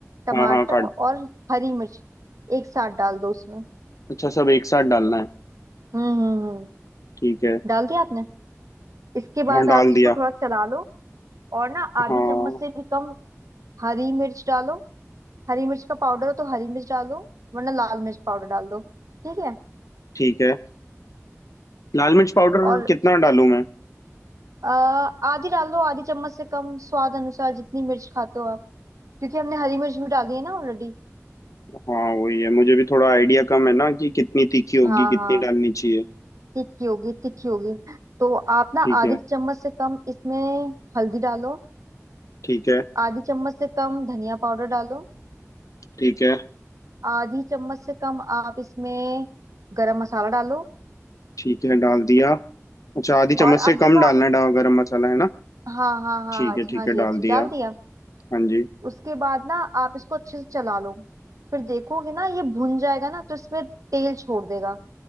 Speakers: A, on the right; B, on the left.
A: टमाटर
B: हाँ हाँ काट
A: और हरी मिर्च एक साथ डाल दो उसमें
B: अच्छा सब एक साथ डालना है
A: हम्म हम्म हम्म,
B: ठीक है
A: डाल दिया आपने इसके बाद
B: हाँ डाल
A: आप इसको
B: दिया
A: थोड़ा चला लो और ना आधी
B: हाँ
A: चम्मच से भी कम हरी मिर्च डालो हरी मिर्च का पाउडर हो तो हरी मिर्च डालो वरना लाल मिर्च पाउडर डाल दो ठीक है
B: ठीक है लाल मिर्च पाउडर
A: और
B: कितना डालूं मैं
A: अ, आधी डाल दो आधी चम्मच से कम स्वाद अनुसार जितनी मिर्च खाते हो आप क्योंकि हमने हरी मिर्च भी डाली है ना ऑलरेडी
B: हाँ वही है मुझे भी थोड़ा आइडिया कम है ना कि कितनी तीखी होगी
A: हाँ
B: कितनी
A: हाँ
B: डालनी चाहिए
A: तिक्की होगी तिक्की होगी तो आप ना
B: ठीक
A: आधी
B: है
A: चम्मच से कम इसमें हल्दी डालो
B: ठीक है
A: आधी चम्मच से कम धनिया पाउडर डालो
B: ठीक है
A: आधी चम्मच से कम आप इसमें गरम मसाला डालो
B: ठीक है डाल दिया अच्छा आधी चम्मच
A: और
B: से
A: आप
B: कम
A: देखो आप
B: डालना है डा- गरम मसाला है ना
A: हाँ हाँ हाँ
B: ठीक
A: हाँ
B: है
A: जी
B: ठीक
A: हाँ
B: है
A: जी
B: डाल
A: अच्छी डाल
B: दिया
A: दिया
B: हाँ जी
A: उसके बाद ना आप इसको अच्छे से चला लो फिर देखोगे ना ये भुन जाएगा ना तो इसमें तेल छोड़ देगा